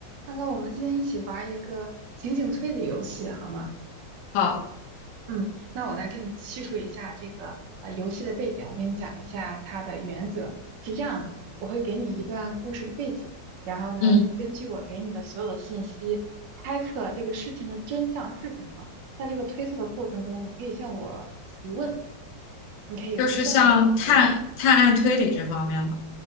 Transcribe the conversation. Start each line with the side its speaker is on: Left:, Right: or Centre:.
Right: 那那我们今天一起玩一个情景推理游戏，好吗？
Left: 好，
Right: 嗯，那我来给你叙述一下这个呃游戏的背景，我给你讲一下它的原则是这样的，我会给你一段故事的背景，然后呢，
Left: 嗯，
Right: 你根据我给你的所有的信息猜测这个事情的真相是什么。在这个推测的过程中，你可以向我提问，你可以无限的向我提问。
Left: 就是像探探案推理这方面嘛。